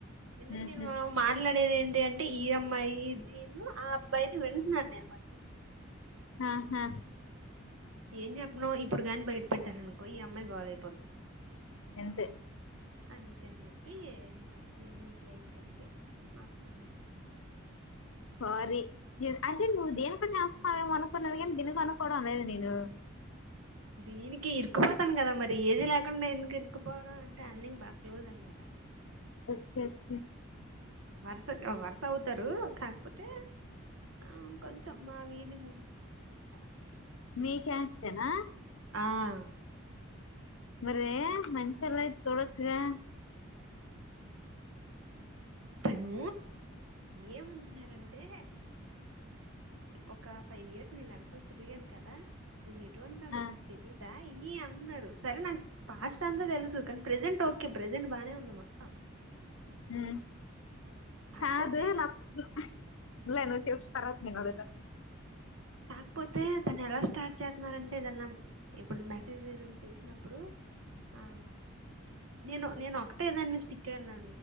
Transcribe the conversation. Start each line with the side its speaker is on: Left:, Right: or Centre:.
Right: ఎందుకు
Left: హుహు.
Right: నేను మాట్లాడి లేద ఏంటి అంటే ఈఎంఐ ఇదిన్న ఆ అబ్బాయిది వింటున్నాను నేను మధ్యలో
Left: హహా
Right: ఏం చెప్పనో ఇప్పుడు కాని బయట పెట్టాను అనుకో ఈ అమ్మాయి గోల్పోద్ంది
Left: ఎంత
Right: అందుకని చెప్పి వాటిన నీట్లం కలిపి మాట్లాడానునమాట
Left: సారీ అంటే నువ్వు దేనికో చేస్తువేమో అనుకున్నది కానీ దీనిక అనుకోవడం అనేదు నేను
Right: దీనికి ఇరికుపోతాను కదా మరి ఏది లేకుండా ఎందుకు ఇరిక్కుపోవడం అంటే అన్ని బాగా క్లోజ్ అనమాట
Left: ఓకే ఓకే
Right: వరుస వరుస అవుతారు కాకపోతే ఆ కొంచెం మా వీధి ముందు ఇద అనమాట అ
Left: మీ క్యాస్ట్ ఏనా
Right: ఆ
Left: మరే మంచిలా అయితే చూడొచ్చుగా
Right: తను ఏమంటున్నారంటే ఒక ఫైవ్ ఇయర్స్ నేను వెనంటలు తిరిగాను కదా నన్ ఎటువంటా
Left: ఆ!
Right: నని తెలిదా ఈ అంటున్నారు సరే నాకు పాస్ట్ అంతా తెలుసు కానీ ప్రజెంట్ ఓకే ప్రజెంట్ బాగానే ఉంది మొత్తం
Left: హు
Right: కాకపోతే
Left: కాదు నాకు <inaudible> లను చ తర్వాత నేను అడుగుతా
Right: కాకపోతే తను ఎలా స్టార్ట్ చేస్తున్నారంటే ఏదన్నా ఇప్పుడు మెసేజ్ ఏదైనా చేసినప్పుడు ఆ నేను నేను ఒకటే దాని మీ స్టిక్ అయన్నా